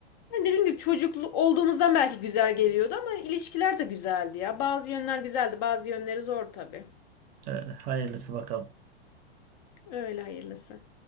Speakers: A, on the left; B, on the right.
A: Yani dediğim gibi çocuklu olduğumuzdan belki güzel geliyordu ama ilişkiler de güzeldi ya. Bazı yönler güzeldi, bazı yönleri zor tabii.
B: Öyle. Hayırlısı bakalım.
A: Öyle hayırlısı.